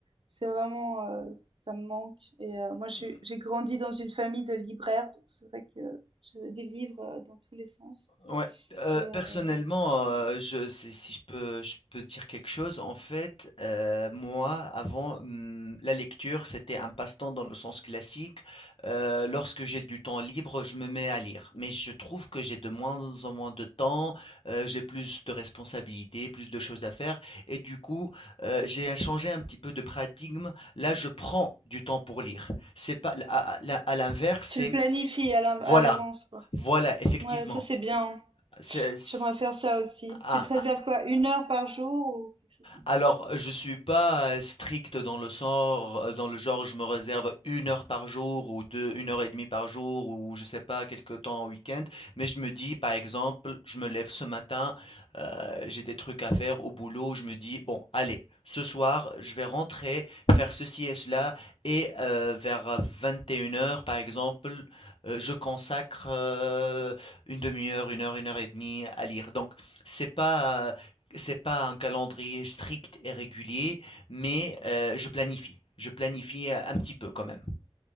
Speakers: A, on the right; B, on the left.
A: c'est vraiment euh, ça me manque et euh, moi j'ai
B: mmh,
A: j'ai grandi dans une famille de libraires donc c'est vrai que j'avais des livres euh, dans tous les sens
B: ouais. Heu,
A: et euh,
B: personnellement, heu,
A: ouais.
B: je si si je peux je peux dire quelque chose, en fait, heu, moi, avant, mmh, la lecture, c'était un passe-temps dans le sens classique. Heu, lorsque j'ai du temps libre, je me mets à lire. Mais je trouve que j'ai de moins en moins de temps, heu, j'ai plus de responsabilités, plus de choses à faire et du coup, heu, j'ai changé un petit peu de paradigme. Là, je prends du temps pour lire. C'est pas à à à l'inverse, c'est
A: Tu le planifies à l'in-
B: voilà,
A: à l'avance quoi.
B: voilà, effectivement.
A: Ouais, ça c'est bien.
B: C'est, c'est-
A: J'aimerais faire ça aussi.
B: ah,
A: Tu te réserves
B: ah,
A: quoi, une heure par jour ou quelque chose comme
B: alors,
A: ça?
B: je suis pas euh, strict dans le sort, euh, dans le genre, je me réserve une heure par jour ou deux, une heure et demie par jour ou je sais pas, quelque temps au week-end. Mais je me dis, par exemple, je me lève ce matin, euh, j'ai des trucs à faire au boulot, je me dis, bon, allez, ce soir, je vais rentrer, faire ceci et cela et euh, vers 21 heures par exemple, euh, je consacre euh, une demi-heure, une heure, une heure et demie à lire. Donc, c'est pas c'est pas un calendrier strict et régulier, mais euh, je planifie. Je planifie euh, un petit peu quand même.